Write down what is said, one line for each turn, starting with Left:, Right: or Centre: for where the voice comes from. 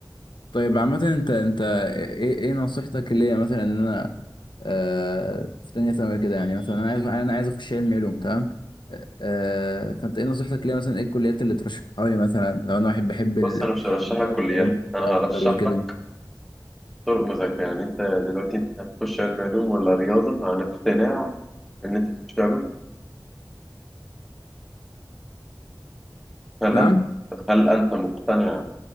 Left: طيب عامة انت انت ايه ايه نصيحتك ليا مثلا ان انا آه في تانية ثانوي كده يعني مثلا انا عايز انا عايز اخش علم علوم تمام آه آه، فانت ايه نصيحتك ليا مثلا ايه الكليات اللي ترشحها لي مثلا لو انا واحد بحب ال-
Centre: بص انا مش هرشح
Left: المواد
Centre: لك كليات
Left: العلمية
Centre: انا هرشح
Left: اكتر وكده
Centre: لك طرق مذاكره يعني انت دلوقتي انت هتخش علم علوم ولا رياضه عن اقتناع ان انت تخش علوم هل
Left: نعم
Centre: انت هل انت مقتنع